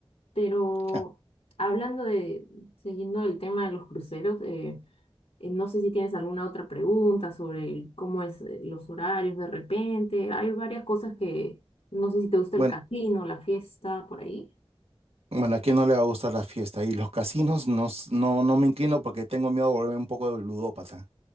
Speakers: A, on the left; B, on the right.
A: Pero
B: Ja.
A: hablando de, siguiendo el tema de los cruceros, eh, eh, no sé si tienes alguna otra pregunta sobre el- cómo es eh, los horarios de repente. Hay varias cosas que, no sé si te gusta
B: Bueno,
A: el casino, la fiesta, por ahí.
B: bueno, ¿a quién no le va a gustar la fiesta? Y los casinos no, s- no, no me inclino porque tengo miedo de volverme un poco de ludópata.